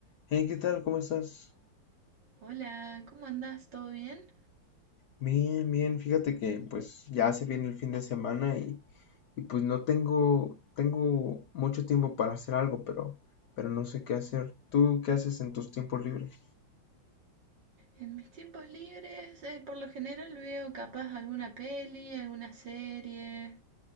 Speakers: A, on the left (about 60°); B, on the right (about 55°).
A: Hey, ¿qué tal? ¿Cómo estás?
B: Hola, ¿cómo andás? ¿Todo bien?
A: Bien, bien. Fíjate que pues ya se viene el fin de semana y, y, pues no tengo tengo mucho tiempo para hacer algo, pero pero no sé qué hacer. ¿Tú qué haces en tus tiempos libres?
B: En mis tiempos libres, eh, por lo general veo capaz alguna peli, alguna serie.